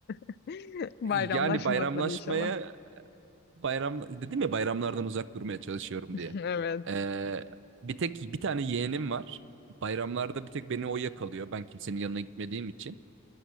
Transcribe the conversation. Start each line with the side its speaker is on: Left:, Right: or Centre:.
Left: <laughs> bayramlaşmazlar
Right: yani bayramlaşmaya
Left: inşallah.
Right: bayram dedim ya bayramlardan uzak durmaya çalışıyorum
Left: <laughs>
Right: diye.
Left: Evet.
Right: Ee, bir tek bir tane yeğenim var. Bayramlarda bir tek beni o yakalıyor. Ben kimsenin yanına gitmediğim için.